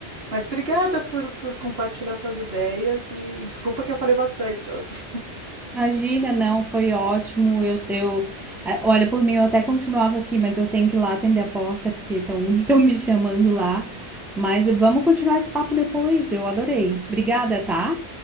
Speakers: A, on the right; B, in the centre.
A: Mas obrigada por, por compartilhar tuas ideias e desculpa que eu falei bastante hoje.
B: Imagina, não, foi ótimo. Eu, eu, eh, olha, por mim eu até continuava aqui, mas eu tenho que ir lá atender a porta porque estão <laughs> me chamando lá. Mas vamos continuar esse papo depois. Eu adorei. Obrigada, tá?